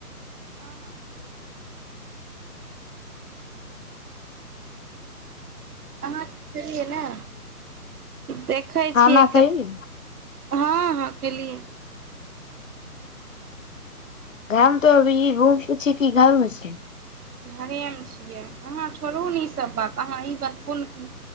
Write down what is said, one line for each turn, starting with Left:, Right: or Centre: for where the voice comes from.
Right: हँ सहि अहाँ छलियै ने देखै
Left: खाना
Right: छियै क
Left: खैबी
Right: हँ हँ खेली
Left: गाम तऽ अभी हम पूछि की गरमे छै
Right: घरेमे छियै अहाँ छोड़ू ने इसभ बात अहाँ ई बतबू ने कि